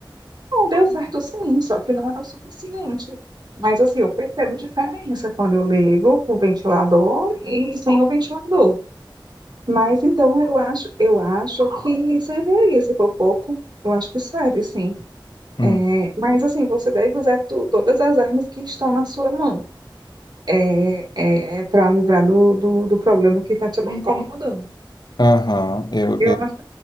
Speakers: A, on the right; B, on the left.
A: Não deu certo sim, só que não é o suficiente. Mas assim, eu percebo diferença quando eu ligo com o ventilador e sem o ventilador. Mas então eu acho, eu acho que serviria, se for pouco, eu acho que serve, sim.
B: Hum.
A: É, mas assim, você deve usar tu- todas as armas que estão na sua mão, é, é, para livrar do, do, do problema que está te incomodando.
B: Aham, eu,
A: Eu
B: eu,
A: acho,